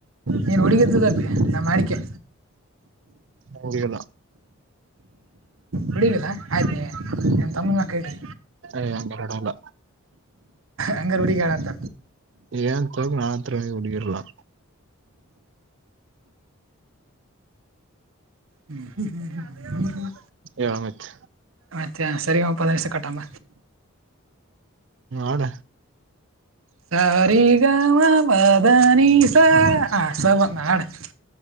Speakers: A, on the right (about 70°); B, on the right (about 55°).
A: ನೀನು ಹುಡುಗದದ ನಾ ಮಾಡಿಕೆ
B: ಹಂಗಲ್ಲ
A: ಬಿಡವಿಲ್ಲ ಆಯ್ತ ನನ್ ತಮ್ಮನ ಕೇಳಿ
B: ಯ ಒಂದೆರಡುಲ್ಲ
A: ಹಂಗ ಹುಡಿಗಡ ಅಂತ
B: ಏನ್ ತಕ ನಾ ಆತ್ರ ಕುಡರ್ಲಾ
A: ಹ್ಮ್ ಹ್ಮ ಹ್ಮ್ ಹ್ಮ್ಮ್ಮ
B: ಹಾಮ್ತ್
A: ಮತ್ತೆ ಸರಿ ಪಂದಸ ಕಟ್ಟಾಮ
B: ಆಡ
A: ಸರಿ ಗಾಮ ಬಧಾನ ಸ ಆಸವ ನಾಡ <inaudible>